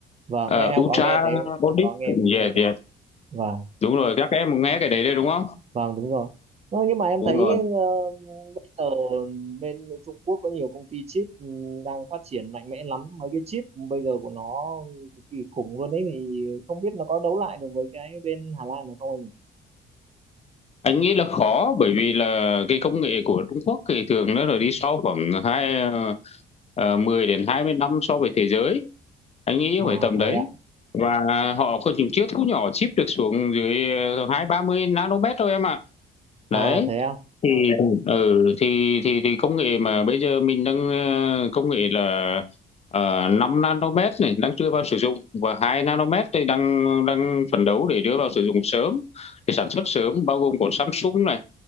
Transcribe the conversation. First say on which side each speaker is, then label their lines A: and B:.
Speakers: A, on the right (about 30°); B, on the left (about 30°).
A: vâng em,
B: uh,
A: em
B: ultra
A: có nghe thấy
B: audit
A: em có nghe máy này
B: yeah,
A: rồi
B: yeah.
A: vâng
B: đúng rồi các em nghe cái đấy đấy đúng không
A: vâng đúng rồi Ơ, nhưng mà em
B: đúng
A: thấy
B: rồi
A: ờ, bây giờ bên Trung Quốc có nhiều công ty chip ừ, đang phát triển mạnh mẽ lắm mấy cái chip bây giờ của nó cực kỳ khủng luôn ấy thì không biết nó có đấu lại được với cái bên Hà Lan được không anh nhỉ
B: anh nghĩ là khó bởi vì là cái công nghệ của Trung Quốc thì thường nó là đi sau khoảng hai ờ, 10 đến 20 năm so với thế giới anh nghĩ
A: à,
B: phải tầm đấy
A: thế ạ
B: và họ có những chiếc thu nhỏ chip được xuống dưới ờ, hai ba mươi nanomet thôi em ạ
A: à
B: đấy
A: thế ạ
B: thì
A: vâng
B: ừ thì thì thì công nghệ mà bây giờ mình đang ờ, công nghệ là uh, 5 nanomet này đang chưa vào sử dụng và hai nanomet thì đang đang phấn đấu để đưa vào sử dụng sớm để sản xuất sớm bao gồm của Samsung này